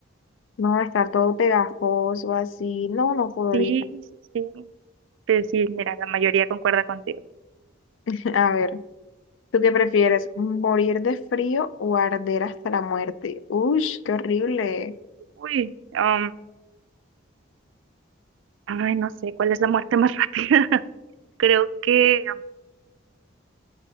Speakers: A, on the left; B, on the right.
A: no, estar todo pegajoso así, no, no podría.
B: Sí, sí, sí, pues sí, mira, la mayoría concuerda contigo.
A: <laughs> A ver. ¿Tú qué prefieres? ¿Morir de frío o arder hasta la muerte? Ush, qué horrible.
B: Uy, um, ay, no sé, ¿cuál es la muerte más rápida? <laughs> Creo que